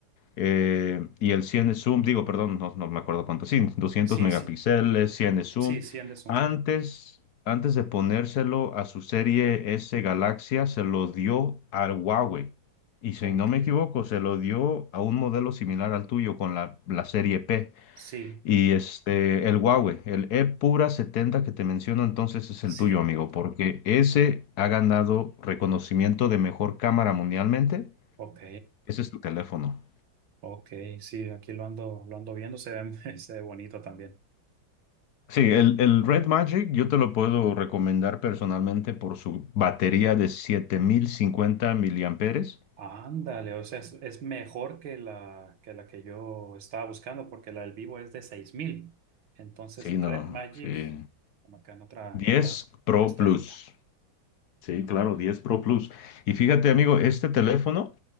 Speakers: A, on the left; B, on the right.
A: eh, y el 100 de zoom, digo, perdón, no, no me acuerdo cuánto, sí, 200
B: sí,
A: megapíxeles,
B: sí,
A: 100 de zoom.
B: sí, sí, Anderson.
A: Antes, antes de ponérselo a su serie S Galaxia, se lo dio al Huawei. Y si
B: Ok,
A: no me equivoco, se lo dio a un modelo similar al tuyo con la, la serie P.
B: sí,
A: Y
B: <laughs>
A: este, el Huawei, el E Pura 70 que te menciono, entonces es
B: sí,
A: el tuyo, amigo, porque ese ha ganado reconocimiento de mejor cámara mundialmente.
B: ok.
A: Ese es tu teléfono.
B: Ok, sí, aquí lo ando, lo ando viendo, se ve, <laughs> se ve bonito también.
A: Sí, el, el Red Magic yo te lo puedo recomendar personalmente por su batería de 7050 miliamperes.
B: Ándale, o sea, es, es mejor que la, que la que yo estaba buscando, porque la del vivo es de 6000. Entonces,
A: Sí,
B: Red
A: no,
B: Magic,
A: sí.
B: como acá en otra,
A: Diez
B: en otra
A: Pro
B: pestañita.
A: Plus. Sí, claro, diez Pro Plus. Y fíjate, amigo, este teléfono